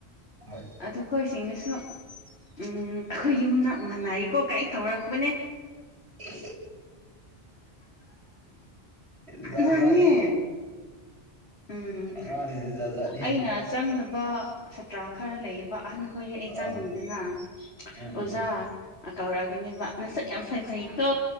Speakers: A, on the right; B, on the left.
A: ꯍꯣꯏ
B: ꯑꯗꯨ ꯑꯩꯈꯣꯏꯁꯤꯡꯅꯁꯨ ꯎꯝ ꯑꯩꯈꯣꯏ ꯌꯨꯝꯅꯥꯛ ꯃꯅꯥꯏꯀꯣ ꯀꯥꯏ ꯇꯧꯔꯛꯄꯅꯦ
A: ꯏ ꯏ ꯖꯥꯠ
B: ꯅꯍꯥꯟꯅꯦ
A: ꯖꯥꯠ ꯅꯦ
B: ꯎꯝ
A: ꯑꯉꯥꯡꯖꯤꯗꯤ ꯖꯥꯠ ꯖꯥꯠꯅꯤꯍꯦ
B: ꯑꯩꯅ ꯆꯪꯗꯕ ꯁꯥꯇ꯭ꯔꯥ ꯈꯔ ꯂꯩꯌꯦꯕ ꯑꯍꯟꯈꯣꯏꯒꯤ ꯑꯩ
A: ꯑꯥ
B: ꯆꯪꯗꯦꯅ
A: ꯎꯝ
B: ꯑꯣꯖꯥ
A: ꯎꯝ
B: ꯀꯧꯔꯛꯑꯒꯅꯦ ꯃꯥ ꯅꯁꯛ ꯌꯥꯝ ꯐꯖꯩꯗꯣ